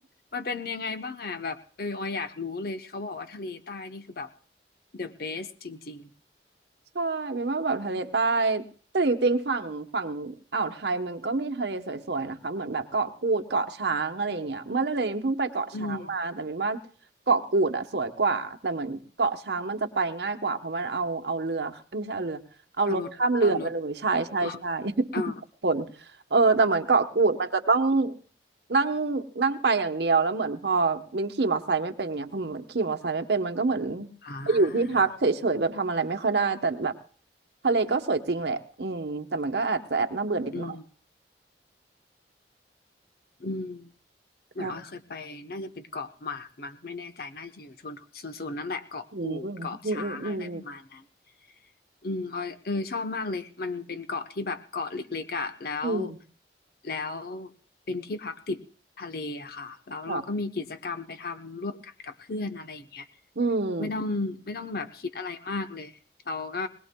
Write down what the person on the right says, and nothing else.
ใช่เป็นว่าแบบทะเลใต้แต่จริงๆฝั่งฝั่งอ่าวไทยมันก็มีทะเลสวยๆนะคะเหมือนแบบเกาะกูดเกาะช้างอะไรอย่างเงี้ยเมื่อเร็วๆนี้เพิ่งไปเกาะช้างมาแต่เป็นว่า
เกาะกูดอะสวยกว่าแต่เหมือนเกาะช้างมันจะไปง่ายกว่าเพราะมันเอาเอาเรือเอ้ยไม่ใช่เอาเรือเอารถข้ามเรือไปเลยใช่ใช่ใช่
<laughs> ผลเออแต่เหมือนเกาะกูดมันจะต้องนั่งนั่งไปอย่างเดียวแล้วเหมือนพอมินขี่มอเตอร์ไซค์ไม่เป็นไงพอมินขี่มอเตอร์ไซค์ไม่เป็นมันก็เหมือน
ไปอยู่ที่พักเฉยๆแบบทำอะไรไม่ค่อยได้แต่แบบทะเลก็สวยจริงแหละอืมแต่มันก็อาจจะแอบน่าเบื่อนิดหน่อย
ใช่อืมอืมอืมอืม
อืม
ค่ะอืม